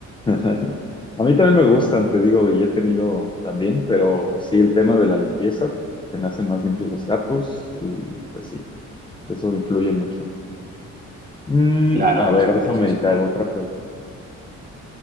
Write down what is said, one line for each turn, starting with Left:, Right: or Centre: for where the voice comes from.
Left: <laughs> A mí también me gustan, te digo, y he tenido también, pero sí el tema de la limpieza, te me hacen más limpios los gatos y pues sí, eso influye mucho. Mm,
Right: Claro
Left: a
Right: que
Left: ver,
Right: sí,
Left: déjame
Right: Francisco.
Left: meditar otra pregunta.